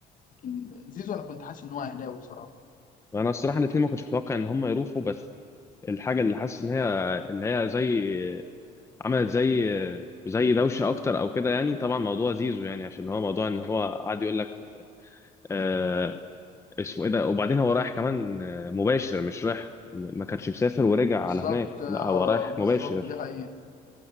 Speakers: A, on the left; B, on the left.
A: لكن زيزو انا كنت حاسس ان هو اهلاوي بصراحه
B: وأنا الصراحة الاتنين ما كنتش متوقع إن هم يروحوا بس الحاجة اللي حاسس إن هي اللي هي زي عملت زي زي دوشه اكتر او كده يعني طبعا موضوع زيزو يعني عشان هو موضوع ان هو قاعد يقول لك آه اسمه ايه ده وبعدين هو رايح كمان آه، مباشر مش رايح ما كانش مسافر ورجع
A: بالظبط
B: على هناك
A: اه
B: لا هو رايح
A: بالظبط
B: مباشر
A: دي حقيقه